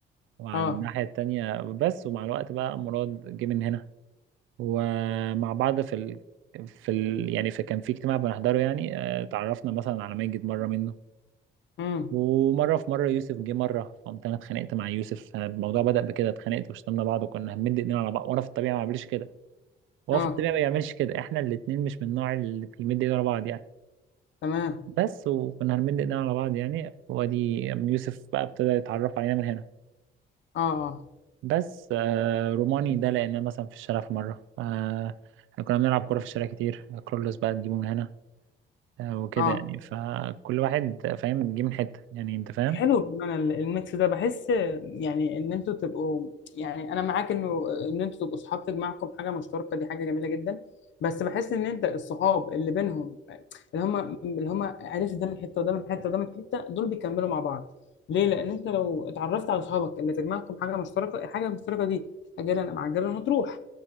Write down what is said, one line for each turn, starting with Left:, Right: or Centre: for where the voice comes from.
Right: وعلى
Left: اه
Right: الناحية التانية بس ومع الوقت بقى أمراض جه من هنا ومع بعض في ال... في ال... يعني في كان في اجتماع بنحضره يعني آه، اتعرفنا مثلا على ماجد مرة منه
Left: امم
Right: ومرة في مرة يوسف جه مرة فقمت أنا اتخانقت مع يوسف آه، الموضوع بدأ بكده اتخانقت وشتمنا بعض وكنا هنمد إيدينا على بعض وأنا في الطبيعة ما بعملش كده وهو
Left: اه
Right: في الطبيعة ما بيعملش كده إحنا الاتنين مش من النوع اللي بيمد إيدينا على بعض يعني
Left: تمام
Right: بس وكنا هنمد إيدينا على بعض يعني وأدي يوسف بقى ابتدى يتعرف علينا من هنا
Left: اه اه
Right: بس آه روماني ده لقيناه مثلا في الشارع في مرة آه احنا كنا بنلعب كورة في الشارع كتير كرولوس بقى تجيبه من هنا آه وكده
Left: اه
Right: يعني فكل واحد فاهم جه من حتة يعني انت فاهم
Left: حلو بمعنى ال- الميكس ده بحس يعني ان انتوا تبقوا يعني انا معاك انه ان انتوا تبقوا صحاب تجمعكم حاجه مشتركه دي حاجه جميله جدا بس بحس ان انت الصحاب اللي بينهم اللي هم اللي هم عرفت ده من حته وده من حته وده من حته دول بيكملوا مع بعض ليه لان انت لو اتعرفت على صحابك اللي تجمعكم حاجه مشتركه الحاجه المشتركه دي اجلا ام عجلا هتروح